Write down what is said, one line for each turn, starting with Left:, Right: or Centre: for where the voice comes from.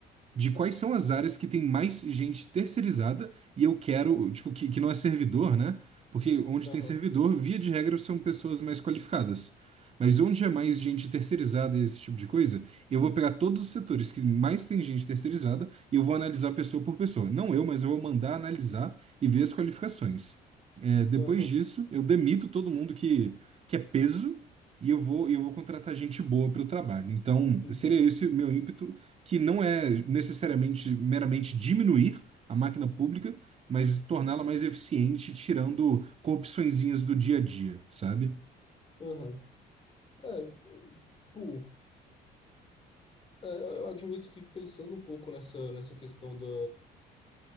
Right: de quais são as áreas que tem mais gente terceirizada e eu quero, tipo, que, que não é servidor, né? Porque onde
Left: Aham,
Right: tem servidor, via de regra, são pessoas mais qualificadas. Mas onde é mais gente terceirizada e esse tipo de coisa, eu vou pegar todos os setores que mais tem gente terceirizada e eu vou analisar pessoa por pessoa. Não eu, mas eu vou mandar analisar e ver as qualificações. É, depois
Left: aham,
Right: disso, eu demito todo mundo que, que é peso e eu vou, eu vou contratar gente boa para o trabalho. Então,
Left: entendo.
Right: seria esse o meu ímpeto que não é necessariamente meramente diminuir a máquina pública, mas torná-la mais eficiente, tirando corrupçõezinhas do dia a dia, sabe?
Left: Aham. É, tipo, é, eu eu admito que pensando um pouco nessa, nessa questão da,